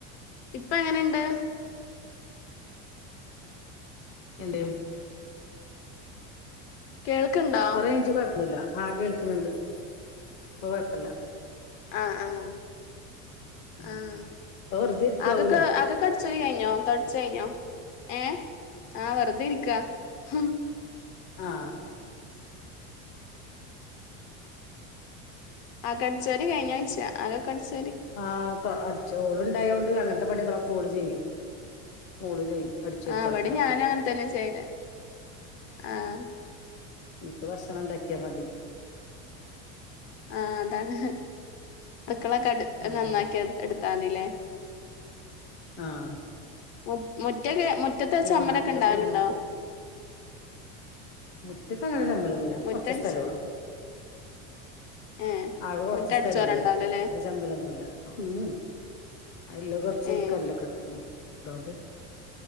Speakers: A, on the left; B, on the left.
A: ഇപ്പൊ എങ്ങനെയുണ്ട്
B: എന്ത്
A: കേൾക്ക്ണ്ടോ
B: ഇപ്പ റേഞ്ചി കൊഴപ്പന്നില്ല ആഹ് കേൾക്കണ്ണ്ട് ഇപ്പൊ കൊഴപ്പില്ല
A: ആഹ് ആഹ്
B: ഉം
A: ആഹ്
B: ഇപ്പൊ വെറുതെ ഇരിക്കാവൂലേ
A: അതൊക്ക ആതൊക്ക ച് കഴിഞ്ഞോ തൊടച്ച് കഴിഞ്ഞോ ഏഹ് ആ വെറുതെ ഇരിക്ക ക്ക
B: ആഹ്
A: ആ തൊടച്ച് വാരി കഴിഞ്ഞോ എന്ന് ച്ചാ അകോക്ക അടിച്ച്
B: ആ തൊ അടിച്ച് ഓള് ഉണ്ടായൊണ്ട് അങ്ങനത്തെ പണികളൊക്കെ ഓള് ചെയ്യും ഓള് ചെയ്യും അടിച്ചേരി
A: ആ
B: തൊടക്കലൊക്കെ
A: ഇവിടെ ഞാന അങ്ങന തന്നെ ചെയ്യല് ആഹ്
B: നിനക്ക് ഭക്ഷണം ഉണ്ടാക്കിയാ മതി
A: ആഹ് അതാണ് അടുക്കളൊക്കെ
B: ആഹ്
A: നന്നാക്കി എടുത്താ മതില്ലേ
B: ആഹ്
A: മു മുറ്റക്കെ മുറ്റത്തെ
B: ക്ലീനാക്കലൊക്കെ
A: ചമ്മലൊക്കെ ഉണ്ടാവലുണ്ടോ
B: ഓള് നോക്കും മുറ്റത്ത് അങ്ങനെ ചമ്മലൊന്നുംല്ല ഞങ്ങൾക്ക്‌
A: മുറ്റടിച്ച്
B: കുറച്ച് സ്ഥലെള്ളു
A: ഏ
B: ആകെ കൊറച്ച്
A: മുറ്റടിച്ചോരണ്ടാവൂലല്ലേ
B: സ്ഥലംള്ളൂ അങ്ങനെ ശമ്മലൊന്നുല്ല ഉം അല്ല കൊറച്ച്
A: ഏ
B: കല്ലൊക്കെ ഇട്ടുക്കണ് അതൊണ്ട്